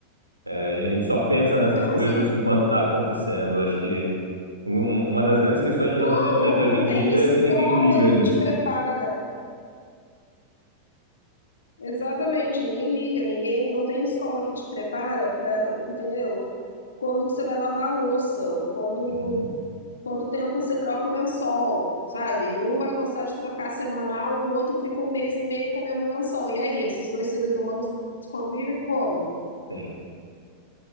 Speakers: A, on the right (about 85°); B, on the left (about 70°).
A: É, a gente só pensa
B: Então,
A: nessas coisas
B: assim,
A: enquanto está acontecendo. Acho que Um- um, Uma das grandes questões
B: não,
A: de relacionamento hoje
B: não
A: em
B: tem
A: dia
B: escola
A: é que ninguém liga
B: que
A: nisso.
B: te prepara. Exatamente, ninguém liga, ninguém, não tem escola que te prepara para, entendeu? Quando que você vai lavar a louça, ou quando
A: Uhum.
B: Quanto tempo você troca o lençol, sabe? E um vai gostar de trocar semanal e o outro fica um mês e meio com o mesmo lençol. E aí, esses dois seres humanos convivem como?
A: Sim,